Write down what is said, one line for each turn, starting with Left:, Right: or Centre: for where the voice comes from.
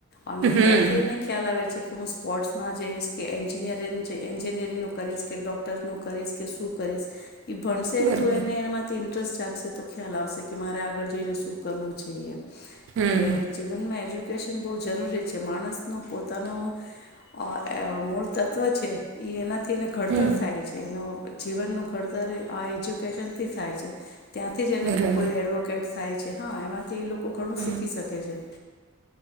Left: અને
Right: હમ.
Left: ત્યાંથી એને ખ્યાલ આવે છે. હું સ્પર્ટ્માં. જઈશ કે એન્જિનિયરિંગ એન્જિનિયરિંગનુંું કરીશ કે ડોક્ટરનુંું કરીશ કે શું કરીશ. એ ભણશે
Right: બરોબર
Left: તો એને એનામાંથી. સ જાગશે તો ખ્યાલ આવશે કે મારે આગળ જઈને શું કરવું છેઈએ.
Right: હમ
Left: એટલે જીવનમાં હજુ. એ્યુકેશન બહુ જરૂરી છે માણસનું પોતાનું. અ મૂળ તત્ત્વ છે એ એના. થીને ઘડતર
Right: હમ.
Left: થાય છે એનો. જીવનનું ઘડતર આ એજ્યુકેશનથી થાય છે. ત્યાંથી જ એને
Right: બરાબર
Left: કોઈ એડવોકેટ થાય. હા એમાં. તે એ લોકો ઘણું
Right: હમ.
Left: શીખી શકે છે.